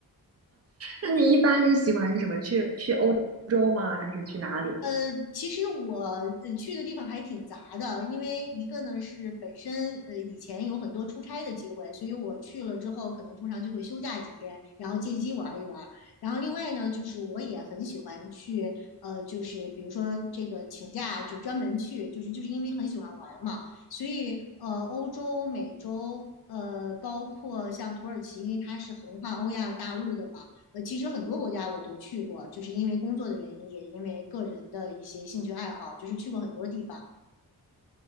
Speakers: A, on the right (about 40°); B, on the left (about 80°).
A: 那你一般是喜欢是什么？去去欧洲吗？还是去哪里？
B: 呃，其实我呃去的地方还挺杂的，因为一个呢是本身呃以前有很多出差的机会，所以我去了之后可能通常就会休假几天，然后借机玩一玩。然后另外呢，就是我也很喜欢去呃，就是比如说这个请假就专门去，就是就是因为很喜欢玩嘛，所以呃欧洲、美洲呃包括像土耳其，因为它是横跨欧亚大陆的嘛。呃，其实很多国家我都去过，就是因为工作的原因，也因为个人的一些兴趣爱好，就是去过很多地方。